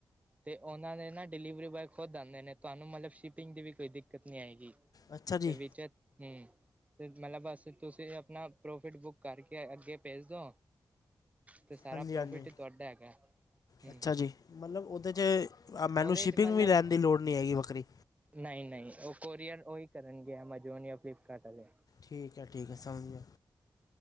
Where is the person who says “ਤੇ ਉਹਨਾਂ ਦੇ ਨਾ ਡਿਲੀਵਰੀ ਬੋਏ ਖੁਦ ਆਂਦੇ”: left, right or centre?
Right